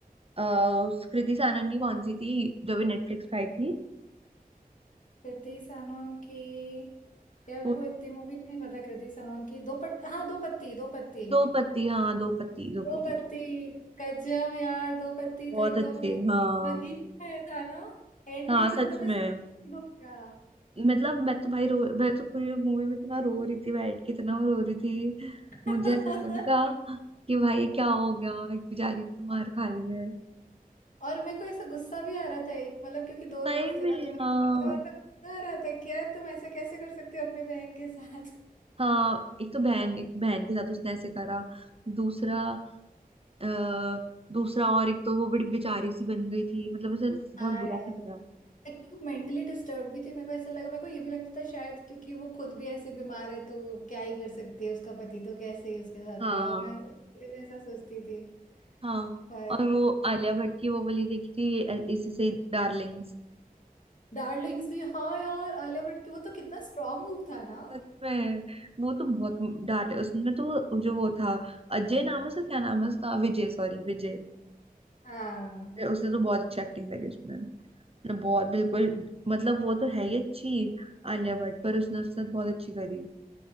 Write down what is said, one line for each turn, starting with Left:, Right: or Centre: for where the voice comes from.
Right: अ, उस कृति सानन की कौन सी थी जो भी नेटफ्लिक्स पे आई थी
Left: कृति सनोन की यार मेरे
Right: वो
Left: को इतनी मूवी नहीं पता कृति सनोन की दो पट हाँ दो पत्ती दो पत्ती
Right: दो पति हाँ दो पति दो
Left: दो
Right: पति
Left: पत्ती गजब यार दो पत्ती
Right: बहुत
Left: तो एकदम
Right: अच्छे
Left: एकदम
Right: हाँ
Left: समझ ही नहीं आया था ना एंड
Right: हाँ
Left: में तो
Right: सच
Left: एकदम ऐसे
Right: में
Left: डूब गया
Right: मतलब मैं तो भाई रो मैं तो पूरी मूवी में इतना रो रही थी बैठ के इतना रो रही थी मुझे
Left: <laughs>
Right: ऐसा लग रहा था कि भाई ये क्या हो गया एक बेचारी तो मार खा रही है
Left: और मेरे को ऐसा गुस्सा भी आ रहा था एक मतलब क्योंकि दो रोल्स
Right: सही में
Left: थे ना तो मैं
Right: हाँ
Left: और तो गुस्सा आ रहा था कि यार तुम ऐसा कैसे कर सकती हो अपनी बहन के साथ
Right: हाँ एक तो बहन एक तो बहन के साथ उसने ऐसे करा दूसरा अ, दूसरा और एक तो वो बड़ी बेचारी सी बन गई थी मतलब ऐसे बहुत
Left: हाँ
Right: बुरा
Left: यार
Right: सा लगा
Left: एक्चुअली मेंटली डिस्टर्ब भी थी मेरे को ऐसा लगा मेरे को ये भी लगता था शायद क्योंकि वो खुद भी ऐसी बीमार है तो क्या ही कर सकती है उसका पति तो कैसे ही उसके साथ
Right: हाँ
Left: रहेगा मैं इसलिए ऐसा सोचती थी
Right: हाँ
Left: पर
Right: और वो आलिया भट्ट की वो वाली देखी थी ए- इसी से डार्लिंग्स
Left: डार्लिंग्स भी हाँ यार आलिया भट्ट की वो तो कितना स्ट्रांग मूव था ना
Right: सच में वो तो बहुत डांटे उसने तो जो वो था अजय नाम है उसका क्या नाम है उसका विजय सॉरी विजय
Left: हाँ
Right: उसने तो बहुत अच्छी एक्टिंग करी उसमें उसने बहुत बिल्कुल मतलब वो तो है ही अच्छी आलिया भट्ट पर उसने उसके साथ बहुत अच्छी करी